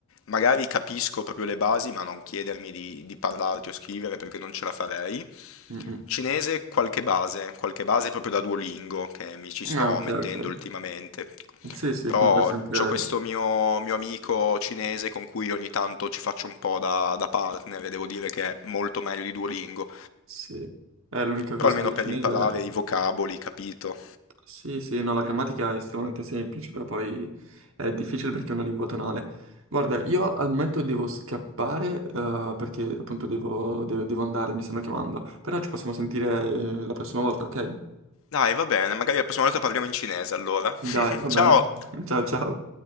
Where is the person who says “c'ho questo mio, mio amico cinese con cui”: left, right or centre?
Left